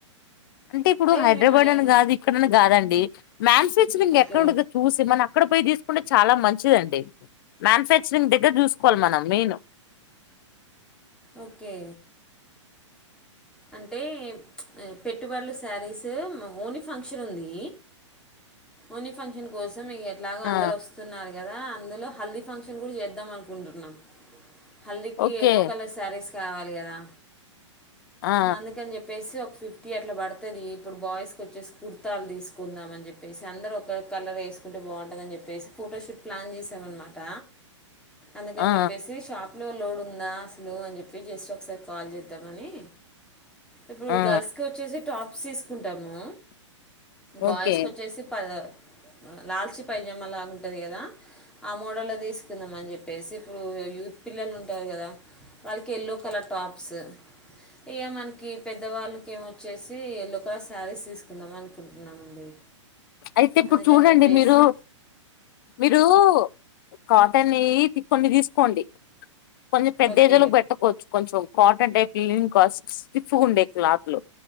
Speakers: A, on the left; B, in the centre.
A: అంటే ఇప్పుడు హైదరాబాద్
B: మేము అయి-
A: అని కాదు ఇక్కడని కాదండి మ్యానుఫ్యాక్చరింగ్
B: ఓకే
A: ఎక్కడ చూసి మన అక్కడ పోయి తీ కుంటే చాలా మంచిదండి మ్యానుఫ్యాక్చరింగ్ దగ్గర చూసుకోవాలి మనం మెయిన్
B: ఓకే అంటే పెట్టుబడులు శారీస్ ఓనీ ఫంక్షన్ ఉంది ఓనీ ఫంక్షన్ కోసం ఇగ ఇలాగో అందరొస్తున్నారు
A: ఆ
B: కదా అందులో హల్దీ ఫంక్షన్ కుడ్ చేద్దామనుకుంటున్నాం హల్దీకి
A: ఓకే
B: ఎల్లో కలర్ స్యారీస్ కావాలి కదా
A: ఆ
B: అందుకన్ చెప్పేసి ఒక్ ఫిఫ్టీ అట్ల పడ్తది ఇప్పుడు బాయ్స్ కొచ్చేసి కుర్తాల్ దీసుకుందాం అన్ చెప్పేసి అందరొక కలర్ ఏస్కుంటే బాంటదన్ చెప్పేసి ఫోటోషూట్ ప్లాన్ చేసామన్మాట. అందుకన్
A: ఆ
B: చెప్పేసి షాప్ లో లోడుందా అసలు అన్ జెప్పేస్ జస్ట్ ఒకసారి కాల్ చేద్దామని ఇప్పుడు
A: ఆ
B: గర్ల్స్ కి వొచ్చేసి టాప్ సీస్కుంటాము బాయ్స్
A: ఓకే
B: కొచ్చేసి పద లాల్చి పైజామా లాగుంటది కదా ఆ మోడల్లో దీస్కుందాం అన్ జెప్పేసి ఇప్పుడు ఒయో యూత్ పిల్లలుంటారు కదా వాల్కి ఎల్లో కలర్ టాప్సు ఇయ మన్కి పెద్దవాల్ కేమో వొచ్చేసి ఎల్లో కలర్ శారీస్ తీసుకుందాం అనుకుంటున్నామండి
A: ఐతే ఇప్పుడు
B: అందుకని
A: చూడండి
B: చెప్పేసి
A: మిరు మిరూ కాటన్ ఈ కొన్ని తీస్కోండి కొంచెం పెద్ద
B: ఓకే
A: ఎజోలకు పెట్టకోచ్చు కొంచెం కాటన్ టైప్ హీలింగ్ కాస్ స్టిఫ్ఫుగుండే క్లాత్ లో